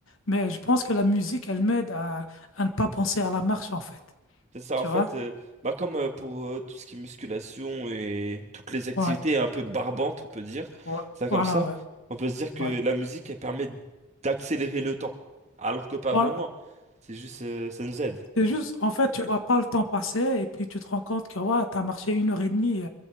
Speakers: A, on the left (about 75°); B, on the right (about 35°).
A: Mais je pense que la musique, elle m'aide à, à ne pas penser à la marche, en fait.
B: C'est ça,
A: Tu
B: en fait,
A: vois?
B: euh, bah comme euh, pour euh, tout ce qui est musculation et toutes les activités
A: Ouais,
B: un peu barbantes, on peut dire,
A: ouais,
B: ça comme
A: voilà,
B: ça,
A: ouais,
B: on peut se dire que
A: ouais.
B: la musique, elle permet d'accélérer le temps. Alors que pas
A: Voilà,
B: vraiment, c'est juste, euh, ça nous aide.
A: C'est juste, en fait, tu vois pas le temps passer et puis tu te rends compte que ouais, tu as marché une heure et demie,